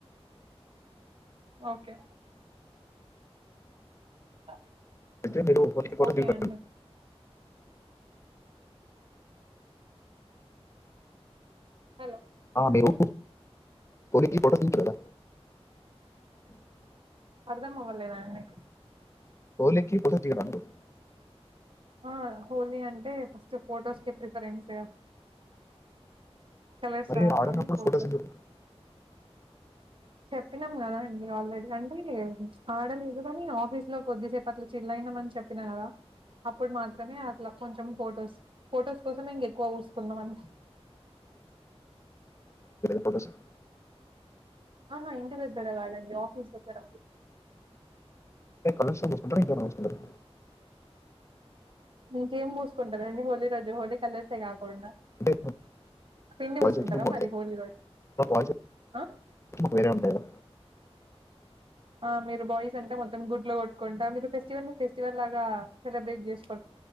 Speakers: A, on the right; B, on the left.
A: ఓకే <inaudible>
B: తే మీరుప <inaudible>
A: ఓకే అండి హలో
B: ఆ మీరు కొలికి పట తీపడదా <unintelligible>
A: అర్థమవ్వలేదండి
B: కోలీకి కథ బనలో <unintelligible>
A: ఆ హోలీ అంటే ఫస్ట్ ఫోటోస్ కి ప్రిఫరెన్స్ చలస్తస్కడి
B: మరి ఆడనప్పుడు
A: <unintelligible>
B: ఫోటోస్ ఎందుకు
A: చెప్పినాం కదా అండి ఆల్రెడీ అంటే ఆడలేదు కాని ఆఫీస్ లో కొద్దిసేపు అట్లా చిల్ల్ ఉండమని చెప్పినా కదా అప్పుడు మాత్రమే అట్లా కొంచెం ఫోటోస్ ఫోటోస్ కోసం ఇంక ఎక్కువ ఊసుకుందాం అని
B: పంట సార్ <unintelligible>
A: ఆహా ఇంటి దగ్గర కాదు అండి ఆఫీస్ దక్కర
B: ఏ కాల స వస్తు వస్తు <unintelligible>
A: ఇంకేం పూసుకుంటారండి హోలీ రోజు హోలీ కలర్సే కాకుండా
B: అంటే
A: పిండి పూసుకుంటారా
B: వాయిస్ వచ్చి మేము
A: మరి హోళీ రోజు
B: వాయిస్ వచ్చి
A: హా
B: వేరే ఉంటయి కదా
A: ఆ మీరు బాయ్స్ అంటే మొత్తం గుడ్లో కొట్టుకుంటా మీరు ఫెస్టివల్ని ఫెస్టివల్ లాగా సెలబ్రేట్ చేసుకో